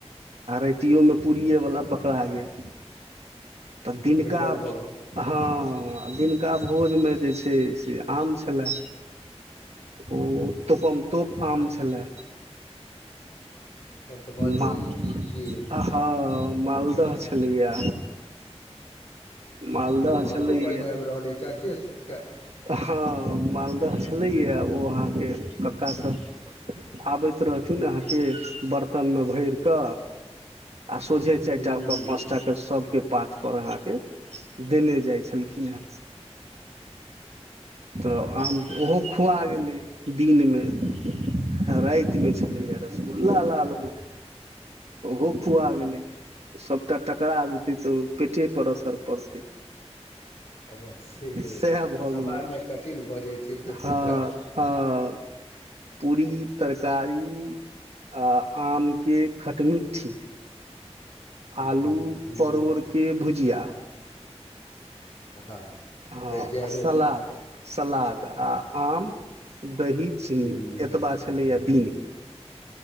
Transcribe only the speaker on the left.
भरिगर भऽ गेल
तहन तऽ बड़ पैघ
चीज छियै
ओहोमे
हमरो पानि आबि रहल अछि चर्चे सुनि कऽ
हूं
आ
अवश्य से
सम्हारनाइ
कठिन भऽ जाइ छै पेटोे
हूं
हूं
हँ
बेचैने
हूं